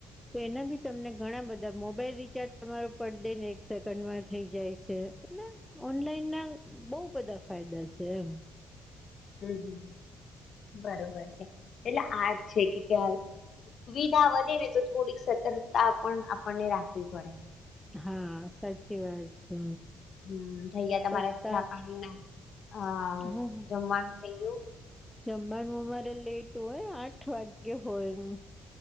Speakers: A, in the centre; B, on the left (about 55°).
A: તો એના બી તમને ઘણા બધા મોબાઈલ રિચાર્જ તમારો પર દે નો એક સેકન્ડમાં થઇ જાય છે. એટલે ઓનલાઈન ના બહું બધા ફાયદા છે એમ.
B: હમ્મ હમ્મ બરોબર છે એટલે આ જ છે કે અવે સુવિધા વધે ને તો થોડીક સતર્કતા પણ આપણને રાખવી પડે.
A: હા સાચી વાત છે.
B: હમ્મ થઈ ગયા તમારા
A: શકતા
B: ચા પાણી ના અ
A: હું
B: જમવાનું થઈ ગયું.
A: જમવાનું અમારે લેટ હોય આઠ વાગ્યે હોય.